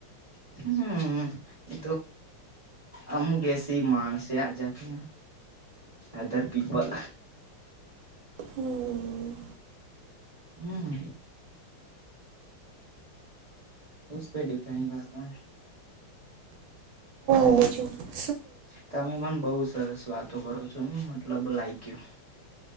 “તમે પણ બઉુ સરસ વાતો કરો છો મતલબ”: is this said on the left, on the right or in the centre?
Right